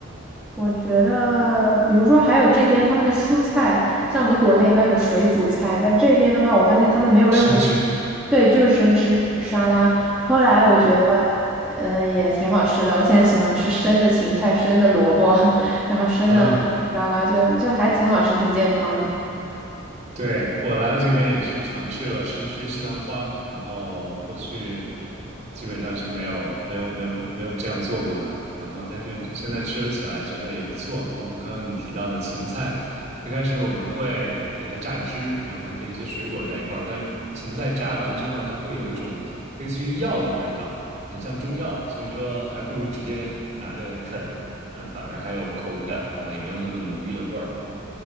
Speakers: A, in the centre; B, on the right.
A: 我觉得，比如说还有这边他们的蔬菜，像我们国内一般有水煮菜，但这边的话，我发现他们没有任何，
B: 生吃，
A: 对，就是生吃沙拉。后来我觉得，
B: 对，
A: 嗯，也挺好吃的。我现在喜欢吃生的芹菜、生的萝卜，<laughs> 然后生的沙拉就就还挺好吃，
B: 嗯。
A: 挺健康的。嗯
B: 对，我来了这边也是尝试了生吃西兰花，然后过去基本上是没有没有没有没有这样做过的，然后但是现在吃起来觉得也不错，包括刚刚你提到的芹菜，最开始我们会给它榨汁，然后跟一些水果在一块儿，但是芹菜榨完之后，它会有一种类似于药的味道，很像中药，所以说还不如直接拿着啃，呃，反而还有口感，然后也没有那么浓郁的味儿，